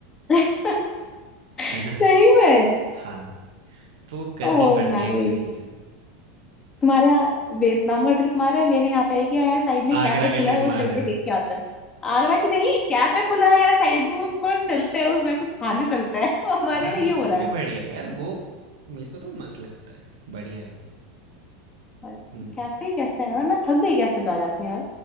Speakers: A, on the left (about 25°); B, on the right (about 70°).
A: <laughs>
B: है
A: सही
B: ना
A: में
B: हाँ तो वो करनी
A: Oh
B: पड़ती
A: nice
B: हैं कुछ चीज़ें
A: तुम्हारे यहाँ वियतनाम का ट्रिप मारा है मेरे यहाँ पे एक यहाँ साइड में
B: आगरा
A: कैफे
B: का
A: खुला
B: ट्रिप
A: है वो चल
B: मार रहे
A: के
B: हैं
A: देख के आता है आगरा की नहीं कैफे खुला है यहाँ साइड में उसको चलते हैं उसमें कुछ खाने चलते हैं <laughs> हमारे
B: हाँ
A: में
B: नहीं
A: ये हो
B: वो
A: रहा
B: भी
A: है
B: बढ़िया है यार वो मेरे को तो मस्त लगता है बढ़िया है वो
A: बस,
B: हम्म
A: कैफे ही कैफे है यार मैं थक गई कैफे जा जाके यार